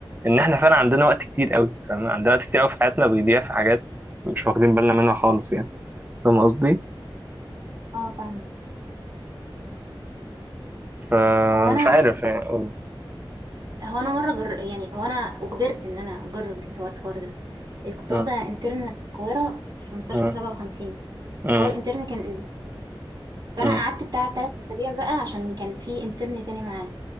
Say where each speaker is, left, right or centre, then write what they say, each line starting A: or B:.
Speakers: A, on the right; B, on the right.
A: ان احنا فعلا عندنا وقت كتير قوي فاهم عندنا وقت كتير قوي في حياتنا بيضيع في حاجات مش واخدين بالنا منها خالص يعني فاهم قصدي
B: اه فاهمه
A: فمش
B: هو انا
A: عارف يعني أقول.
B: هو انا مره جر... يعني هو انا اجبرت ان انا اجرب اللي هو الحوار ده إيه، كنت
A: مم.
B: واخده انترن في القاهره في مستشفى
A: مم.
B: 57
A: مم.
B: هو الانترن كان اسبوع فانا
A: مم.
B: قعدت بتاع ثلاث اسابيع بقى عشان كان في انترن تاني معاه